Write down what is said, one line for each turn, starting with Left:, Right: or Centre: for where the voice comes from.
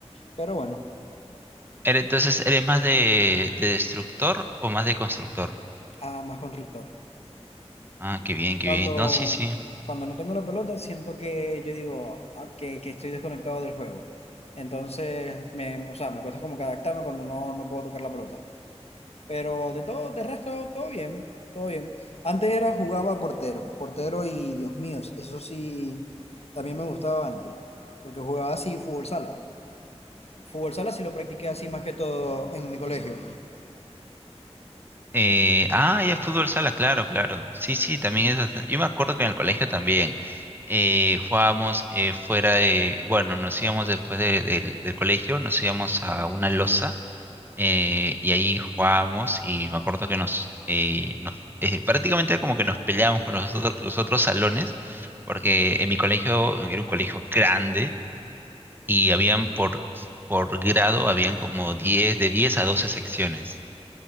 Left: Pero bueno,
Right: Eres- Entonces, ¿eres más de, de destructor o más de constructor?
Left: a más constructor.
Right: Ah, qué bien, qué
Left: Cuando,
Right: bien. No, sí, sí.
Left: cuando no tengo la pelota, siento que yo digo ah, que, que estoy desconectado del juego. Entonces, me, o sea, me cuesta como que adaptarme cuando no, no puedo tocar la pelota. Pero de todo, de resto, todo bien, todo bien. Antes era jugaba portero, portero y Dios mío, eso sí, también me gustaba antes, porque jugaba así fútbol sala. Fútbol sala sí lo practiqué así más que todo en mi colegio.
Right: Eh, ah, ya fútbol sala, claro, claro. Sí, sí, también es bastante- Yo me acuerdo que en el colegio también eh, jugábamos eh, fuera de... Bueno, nos íbamos después de- del del colegio, nos íbamos a una losa eh, y ahí jugábamos y me acuerdo que nos... eh, nos eh, prácticamente como que nos peleábamos con los otros, los otros salones porque en mi colegio era un colegio grande y habían por, por grado, habían como diez de 10 a 12 secciones.